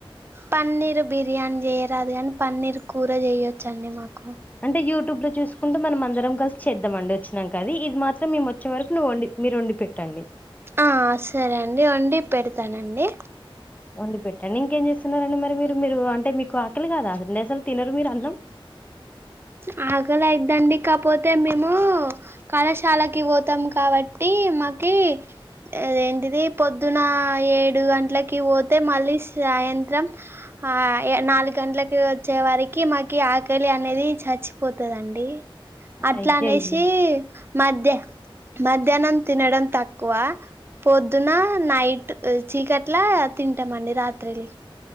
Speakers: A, on the right; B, on the left.
A: పన్నీర్ బిర్యానీ చేయరాదు కానీ పన్నీర్ కూర చేయొచ్చండి మాక్
B: అంటే యూట్యూబ్ లో చూసుకుంటు మనం అందరం కలిసి చేద్దామండి వచ్చినా కర్రీ ఇది మాత్రం. మేము వచ్చే వరకు నువ్వు వండి మీరు వండి పెట్టండి
A: ఆహ్ సరే అండి వండి పెడతానండి
B: వండి పెట్టండి ఇంకేం చేస్తున్నారండి మరి మీరు మీరు అంటే మీకు ఆకలి కాదా నేసలు తినరు మీరు అన్నం
A: అ ఆకలయిద్దండి కాకపోతే మేము కళాశాలకి పోతాం కాబట్టి ఇ మాకి అదేంటిది పొద్దున ఏడు గంటలకి పోతే మళ్ళీ సాయంత్రం హా ఇగ నాలుగు గంటలకి వచ్చే వారికి మాకి ఆకలి అనేది చ చచ్చిపోతదండి అట్లా
B: అయ్యయ్యో
A: అనేసి
B: అయ్యో
A: మధ్య మధ్యాహ్నం తినడం తక్కువ పొద్దున నైట్ చీకట్లా తింటాం అండి రాత్రిలి